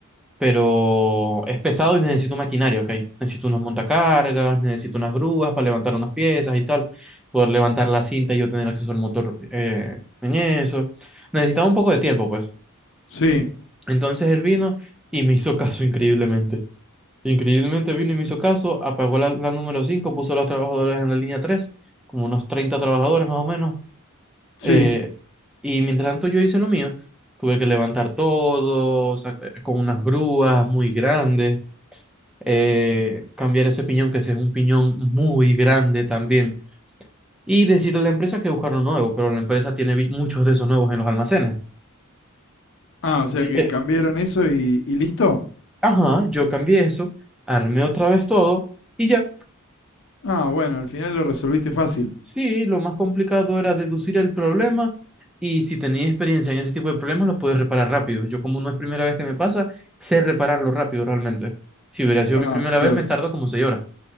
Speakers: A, in the centre; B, on the left.
A: pero es pesado y necesito maquinaria, ¿ok? Necesito unos montacargas, necesito unas grúas para levantar unas piezas y tal, poder levantar la cinta y yo tener acceso al motor eh, en eso. Necesitaba un poco de tiempo, pues.
B: Sí,
A: Entonces él vino y me hizo caso <laughs> increíblemente. Increíblemente vino y me hizo caso, apagó la, la número 5, puso a los trabajadores en la línea 3, como unos 30 trabajadores más o menos.
B: sí.
A: eh, y mientras tanto yo hice lo mío, tuve que levantar todo, sac- con unas grúas muy grandes eh, cambiar ese piñón, que ese es un piñón muy grande también, y decirle a la empresa que buscar uno nuevo, pero la empresa tiene vi- muchos de esos nuevos en los almacenes.
B: Ah, o sea
A: Eh,
B: que
A: eh,
B: cambiaron eso y, y listo.
A: Ajá, yo cambié eso, armé otra vez todo y ya.
B: Ah, bueno, al final lo resolviste fácil.
A: Sí, lo más complicado era deducir el problema y si tenía experiencia en ese tipo de problemas, lo puedes reparar rápido. Yo como no es primera vez que me pasa, sé repararlo rápido realmente. Si hubiera sido
B: Ah,
A: mi primera
B: claro.
A: vez, me tardo como seis horas.